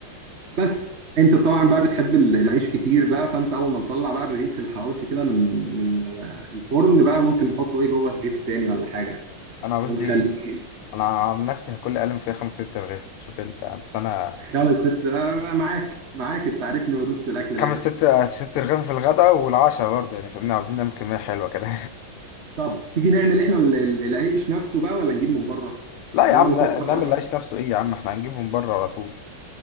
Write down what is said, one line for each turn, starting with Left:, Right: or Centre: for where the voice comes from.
Right: بس انت طبعا بقى بتحب ال- العيش كتير بقى فانت اول ما نطلع بقى الرغيف الحواوشي كده من من آه، الفرن بقى ممكن نحطه ايه جوه الرغيف تاني ولا حاجه
Left: أنا عاوز
Right: ونخليه
Left: لي أنا عن نفسي هاكل أقل من فيها خمس ست رغيف شوف أنت بس أنا
Right: خمس ست آه آه، معاك معاك انت عارفني بدوس في الاكل
Left: خمس
Right: دايما
Left: ست ست رغيف في الغداء والعشاء برضه يعني فاهمني عاوزين نعمل كمية حلوة كده
Right: طب تيجي نعمل احنا ال- ال- العيش نفسه بقى ولا نجيب من بره
Left: لا
Right: يعني
Left: يا عم
Right: انا بفكر
Left: ن- نعمل
Right: اصلا
Left: العيش نفسه ايه يا عم احنا هنجيبهم بره على طول